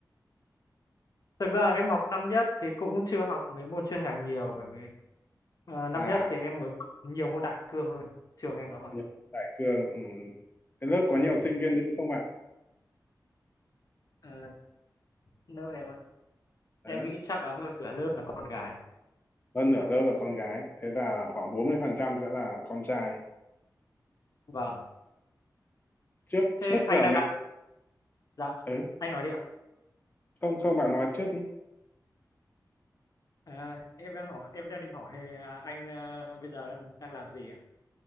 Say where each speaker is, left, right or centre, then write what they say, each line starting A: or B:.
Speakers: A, on the left; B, on the left.
A: Thực ra em học năm nhất thì cũng chưa học mấy môn chuyên ngành nhiều bởi vì ờ, năm
B: à
A: nhất thì em mới học nhiều môn đại cương hơn. Trường em nó vậy.
B: nhập đại cương ừ. cái lớp có
A: Vâng.
B: nhiều sinh viên nữ không bạn
A: Ờ, lớp em ơi.
B: Ờ,
A: Em nghĩ chắc là hơn nửa lớp là con gái.
B: hơn nửa lớp là con gái thế là khoảng 40% sẽ là con trai
A: Vâng.
B: trước
A: Thế
B: trước
A: anh
B: là
A: đang
B: mình
A: đặt dạ
B: ừ.
A: anh nói đi ạ.
B: không không bạn nói trước đi
A: À, em đang hỏi em đang định hỏi ờ, anh ờ, bây giờ đang đang làm gì ạ?